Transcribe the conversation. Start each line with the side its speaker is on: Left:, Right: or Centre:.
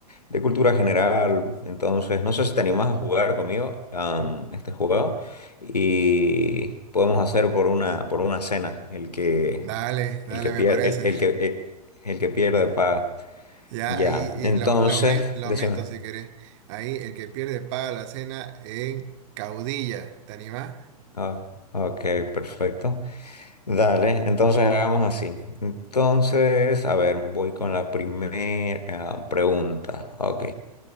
Left: de cultura general. Entonces, no sé si te animás a jugar conmigo am,
Right: Mm.
Left: este juego y podemos hacer por una, por una cena el que,
Right: Dale, dale,
Left: el que pierde,
Right: me parece.
Left: el, el
Right: <laughs>
Left: que, el el que pierde paga.
Right: Ya,
Left: Ya,
Right: y, y
Left: entonces,
Right: lo, lo aumen- lo
Left: decime.
Right: aumento si querés. Ahí, el que pierde paga la cena en Caudilla. ¿Te animás?
Left: Ah, ok, perfecto. Dale, entonces hagamos así. Entonces, a ver, voy con la primera pregunta. Ok.